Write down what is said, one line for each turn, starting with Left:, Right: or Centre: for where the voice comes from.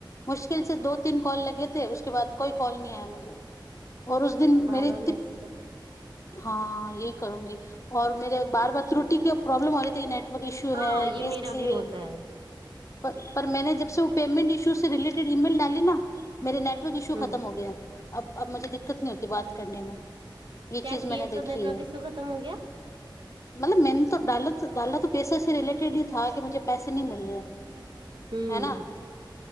Left: मुश्किल से दो तीन कॉल लगे थे उसके बाद कोइ कॉल नहि आया मुझे और उस दिन
Right: बार-बार
Left: मेरी इती
Right: मैसेज करते रहो
Left: हँ ये करूंगी और मेरे बार बार त्रुटी के प्रॉब्लम हो रही थी नेटवर्क इशू
Right: हँ
Left: है
Right: ये
Left: बिजी
Right: मेेरा भी होता है
Left: पर पर मैने जब से ओ पेमेंट इशू से रिलेटेड ईमेल डाली न मेरे नेटवर्क इशू
Right: हुँ,
Left: खतम हो गया अब अब मुझे दिक्कत नहि होती बात करनेमे ये
Right: क्या
Left: चीज
Right: किए
Left: मेने देखी
Right: तो नेटवर्क
Left: है
Right: इशू खत्म हो गया?
Left: मतलब मैने तो डाला तो डाला तो पेसे से रिलेटेड ही था कि मुेझे पैसे नहि मिल रहे
Right: हूँ
Left: ना